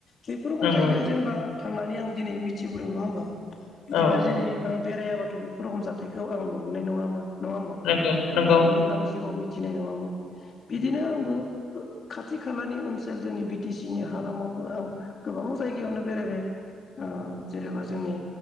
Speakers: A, on the left (about 45°); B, on the left (about 85°).
A: बेफोर रखम
B: नंगौ
A: जायगायाव जेनेबा थांनानै आं दिनै मिथिबोदों नङा होमबा? बिदिबा
B: औ
A: जेने आं बेरायाबाथ' बेफोर रखम जाथायाइखौ आं नुबोनाय नङामोन। नङा होमबा?
B: नंगौ नंगौ
A: आंनि आं जिउआव मि थिनाय नङामोन बिदिनो आंबो खाथि खालानि ओनसोल जोंनि बि टि सि जोंनि हालामावबो आं गोबां जायगायावनो बेरायबाय। ओ जेनेबा जोंनि